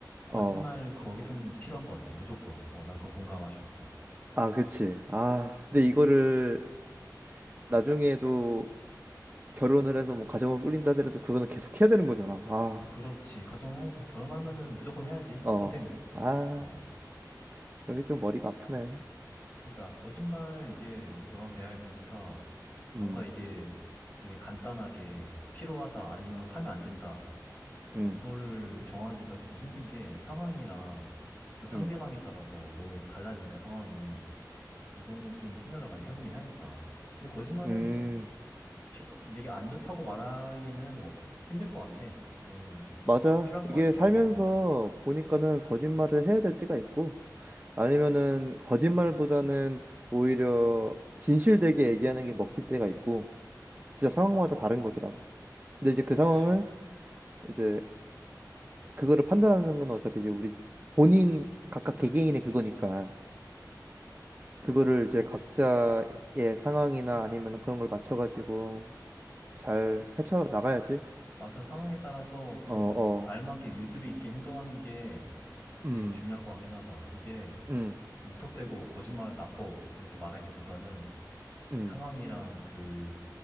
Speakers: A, on the left; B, on the right.
A: 거짓말
B: 어.
A: 거기서는 필요한 것 같아. 무조건. 어, 난 그거 공감할 수 있어.
B: 아, 그치. 아, 근데 이거를 나중에도 결혼을 해서 뭐 가정을 꾸린다 하더라도 그거는 계속 해야 되는 거잖아. 아,
A: 그렇지. 가정해서 결혼하면은 무조건 해야지.
B: 어.
A: 평생을. 그치?
B: 아,
A: 어, 어.
B: 그런 게 좀 머리가 아프네.
A: 그러니까 거짓말 이게 너랑 대화해 보니까 뭔가
B: 음,
A: 이게 되게 간단하게 필요하다 아니면 하면 안 된다.
B: 음,
A: 이거를 정하기가 되게 힘든 게 상황이랑 또 상대방에
B: 음,
A: 따라서 너무 달라지니까 상황이 이거는 좀 생각을 많이 해보긴 해야겠다. 근데 거짓말은
B: 음.
A: 피- 되게 안 좋다고 말하기는 어, 힘들 것 같아. 이거는
B: 맞아.
A: 필요한 것
B: 이게
A: 같아,
B: 살면서
A: 무조건.
B: 보니까는 거짓말을 해야 될 때가 있고, 아니면은 거짓말보다는 오히려 진실되게 얘기하는 게 먹힐 때가 있고, 진짜 상황마다 다른 거더라고. 근데 이제 그
A: 그치.
B: 상황을 이제 그거를 판단하는 건 어차피 이제 우리 본인 각각 개개인의 그거니까 그거를 이제 각자의 상황이나 아니면 그런 걸 맞춰가지고 잘 헤쳐 나가야지.
A: 맞아, 상황에
B: 자,
A: 따라서 좀
B: 어, 어,
A: 알맞게 유두리 있게 행동하는 게 제일
B: 음,
A: 중요할 것 같긴 하다. 이게
B: 음,
A: 무턱대고 거짓말은 나빠 이렇게 말하기보다는 그
B: 음,
A: 상황이랑 그